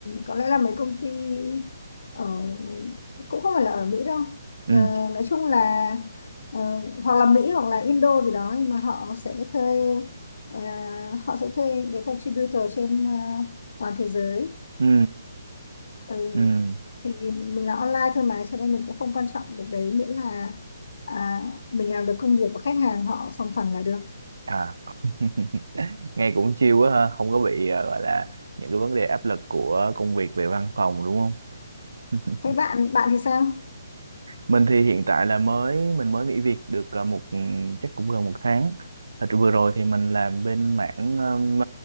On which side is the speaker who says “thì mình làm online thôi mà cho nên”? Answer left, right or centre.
Left